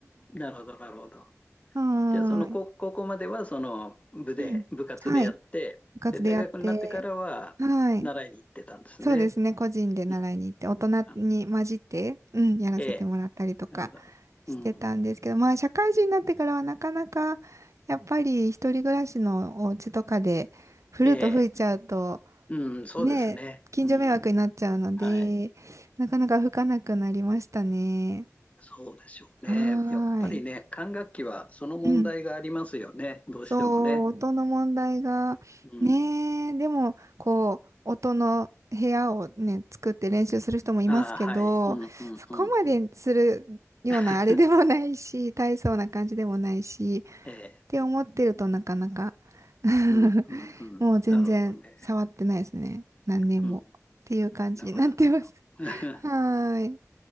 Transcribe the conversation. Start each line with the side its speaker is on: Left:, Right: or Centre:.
Left: なるほど、なるほど。
Right: は
Left: じゃあ、その高高校までは、
Right: ーい。
Left: その部で、
Right: うんはい。
Left: 部活でやって、
Right: 部活でやって、
Left: で、大学になってからは、
Right: はい。
Left: 習いに行ってたんですね。
Right: そうですね、個人で習いに行って、
Left: うん。
Right: 大人に混じって、
Left: あの
Right: うん、やらせてもらったりとか
Left: ええ。なるほど。
Right: してたんですけど、
Left: うん。
Right: まあ、社会人になってからはなかなか、やっぱり一人暮らしのお家とかで、フルート吹いちゃうと、
Left: ええ。うん、そうですね。
Right: ね、近所迷惑になっちゃうので、
Left: うん。はい。
Right: なかなか吹かなくなりましたね。
Left: そうでしょうね。
Right: はーい。
Left: やっぱりね、管楽器はその問題がありますよね。
Right: うん
Left: どうしてもね。
Right: そう、音の問題が、
Left: うん。
Right: ねえ、でも、こう、音の部屋をね、作って練習する人もいますけど、
Left: ああ、はい。うんうんうんうん。
Right: そこまでするようなあれでもないし、
Left: <laughs>
Right: 大層な感じでもないし、
Left: ええ。
Right: って思ってるとなかなか <laughs>
Left: うん、うん、うん。
Right: もう全然触ってないですね。
Left: なるほどね。
Right: 何年も。
Left: うん。
Right: っていう感じになってます。
Left: なるほど、なるほど。<laughs>
Right: はーい。